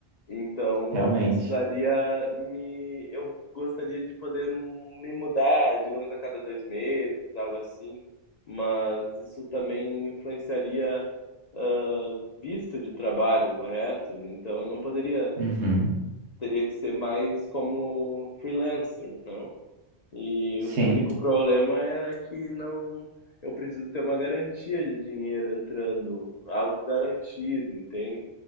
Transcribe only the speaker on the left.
então
eu precisaria me eu gostaria de poder me mudar, digamos, a cada 2 meses, algo assim, mas isso também influenciaria, hã, visto de trabalho, correto? Então eu não poderia
teria que ser mais como freelancer, não? E
o único problema é que não, eu preciso ter uma garantia de dinheiro entrando, algo garantido, entende?